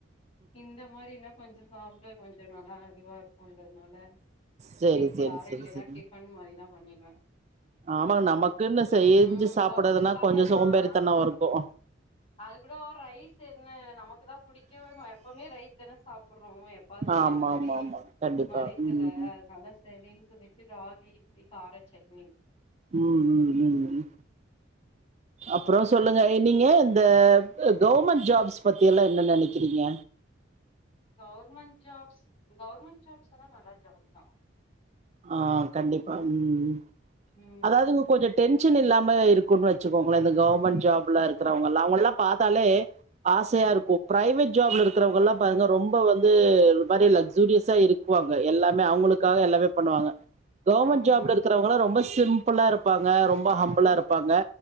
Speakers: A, on the left; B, on the right.
A: இந்த மாரினா கொஞ்சம் சாப்புடுவே கொஞ்சம் நல்லா இரு இவ அக்கோண்டு அதனால
B: சேரி
A: வீட்லய
B: சேரி
A: யாரும்
B: சேரி
A: இல்லைன்னா
B: சேரி
A: டிஃபன் மாரிதான் பண்ணிருவேன்
B: ஆமாங்க நமக்குனு செயிஞ்சு
A: ம்
B: சாப்பிடதுனா
A: ஒருத்தருக்காக
B: கொஞ்சம் சோம்பேறிதனோம்இருக்கும்
A: நா ஆ அது கூட ரைஸ் என்ன நமக்கு தான் புடிக்கவே எப்பவுமே ரைஸ் தானே சாப்படுறோம் எப்பாவது தானே
B: ஆமா
A: இந்த மாரி
B: ஆமா ஆமா கண்டிப்பா
A: மதித்துல
B: ம்
A: அதனால சேரின் இதவிட்டு ராகி இட்லி காரச்சட்னி
B: ம் ம் ம் அப்புறோ சொல்லுங்க நீங்க இந்த கவர்மெண்ட் ஜாப்ஸ் பத்தி எல்லாம் என்ன நெனைக்கிறீங்க
A: கவர்மென்ட் ஜாப்ஸ் கவர்மெண்ட் ஜாப்ஸ் எல்லாம் நல்லது <unintelligible>
B: ஆஹ் கண்டிப்பா உம்
A: ம்
B: அதாவது இங்க கொஞ்ச டென் டென்ஷன் இல்லாம இருக் வச்சுக்கோங்கள இந்த கவர்மெண்ட் ஜாப் லாம் இருக்கிறவங் ல்ல அவங்க எல்லாம் பாத்தாலே ஆசையா
A: அ
B: இருக்கும் பிரைவேட் ஜாப்ல இருக்கிறவங்க எல்லாம் பாருங்க ரொம்ப வந்து ஒரு மாரி லக் சூரியஸா இருக்குவாங்க எல்லாமே அவங்களுக்காக எல்லாமே பண்ணுவாங்க கவர்மெண்ட்
A: ஆமா
B: ஜாப்ல இருக்கிறவங்காம் ரொம்ப சிம்பிளா இருப்பாங்க ரொம்ப ஹம்பிளா இருப்பாங்க